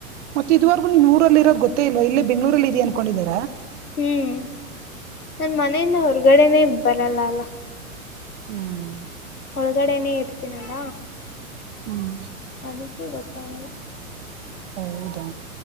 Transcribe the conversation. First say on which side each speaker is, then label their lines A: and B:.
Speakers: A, on the right; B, on the left.
A: ಮತ್ತ್ ಇದುವರೆಗೂ ನೀನ್ ಊರಲ್ಲಿರೋದ್ ಗೊತ್ತೇ ಇಲ್ವ ಇಲ್ಲೇ ಬೆಂಗಳೂರಲ್ಲಿದಿಯ ಅನ್ಕೊಂಡಿದಿದಾರ್
B: ಹ್ಮ್ ನಾನ್ ಮನೆಯಿಂದ ಹೊರಗಡೆನೇ ಬರಲ್ಲ ಅಲ್ಲ.
A: ಹ್ಮ್
B: ಒಳಗಡೆನೆೇ ಇರ್ತೀನಲ್ಲ.
A: ಹ್ಮ್
B: ಅದಕ್ಕೆೇ ಗೊತ್ತಾಗಲ್ಲ.
A: ಹೌದಾ.